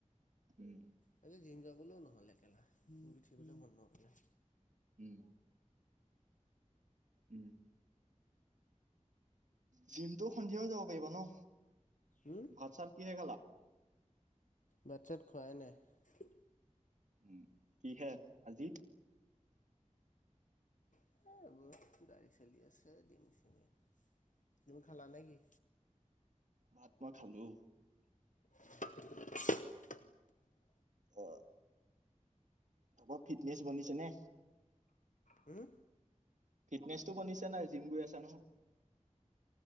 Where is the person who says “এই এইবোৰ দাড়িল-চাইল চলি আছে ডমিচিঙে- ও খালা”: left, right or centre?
Left